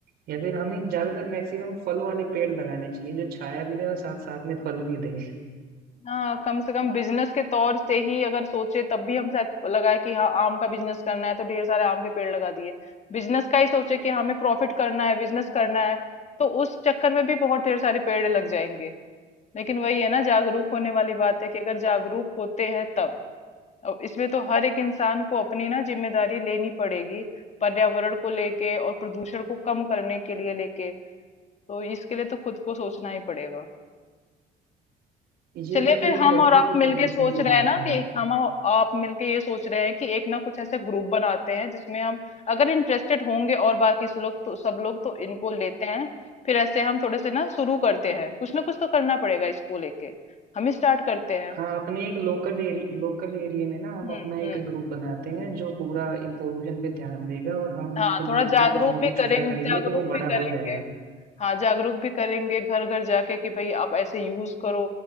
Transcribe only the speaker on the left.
हाँ कम से कम बिजनेस के तौर से ही अगर सोचे तब भी हम शायद लगाए कि हाँ आम का बिजनेस करना है तो ढेर सारे आम के पेड़ लगा दिए बिजनेस का ही सोचे कि हमें प्रॉफिट करना है बिजनेस करना है तो उस चक्कर में भी बहुत ढेर सारे पेड़ लग जाएंगे लेकिन वही है ना जागरूक होने वाली बात है कि अगर जागरूक होते हैं तब अब इसमें तो हर एक इंसान को अपनी ना जिम्मेदारी लेनी पड़ेगी पर्यावरण को लेके और प्रदूषण को कम करने के लिए लेके तो इसके लिए तो खुद को सोचना ही पड़ेगा
चलिए
फिर हम
और आप
मिलके
सोच
रहे
हैं ना कि
हम और आप मिलके ये सोच रहे हैं कि एक ना कुछ ऐसे ग्रुप बनाते हैं जिसमें हम अगर इंटरेस्टेड होंगे और बाकी से लोग तो सब लोग तो इनको लेते हैं फिर ऐसे हम थोड़े से ना शुरू करते हैं कुछ ना कुछ तो करना पड़ेगा इसको लेके हम ही स्टार्ट करते हैं
हम्म
हम्म
हाँ
थोड़ा
जागरूक
भी
करेंगे
जागरूक
भी
करेंगे
हाँ जागरूक भी करेंगे घर घर जाके कि भाई आप ऐसे यूज करो